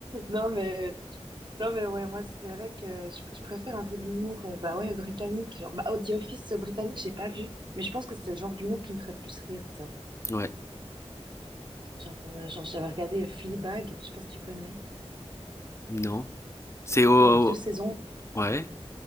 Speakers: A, on the right; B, on the left.
A: Non, mais, non, mais ouais, moi, c'est vrai que je, je préfère un peu l'humour, euh, bah ouais, britannique. Genre, bah, oh, The Office euh, britannique, j'ai pas vu, mais je pense que c'est le genre d'humour qui me ferait plus rire, tu sais.
B: Ouais,
A: Genre, euh, genre j'avais regardé Fleabag, je sais pas si tu connais.
B: non, c'est au,
A: Il y a eu que deux
B: au-
A: saisons.
B: ouais,